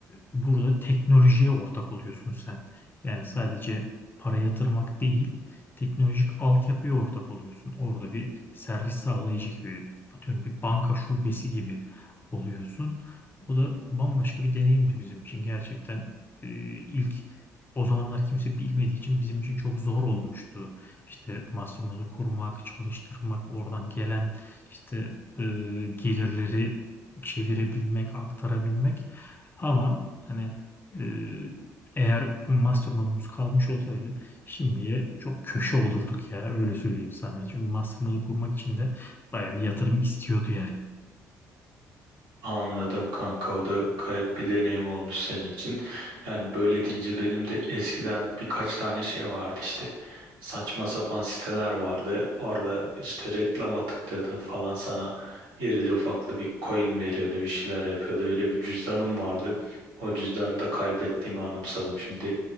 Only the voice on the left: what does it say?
burada teknolojiye ortak oluyorsun sen. Yani sadece para yatırmak değil, teknolojik altyapıya ortak oluyorsun. Orada bir servis sağlayıcı gibi, atıyorum bir banka şubesi gibi oluyorsun. O da bambaşka bir deneyimdi bizim için. Gerçekten e, ilk o zamanlar kimse bilmediği için bizim için çok zor olmuştu. İşte Masternode'u kurmak, çalıştırmak, oradan gelen işte e, gelirleri çevirebilmek, aktarabilmek. Ama hani e, eğer bu mastermind kalmış olsaydı şimdiye çok köşe olurduk ya öyle söyleyeyim sana. Çünkü mastermind'i kurmak için de bayağı bir yatırım istiyordu yani.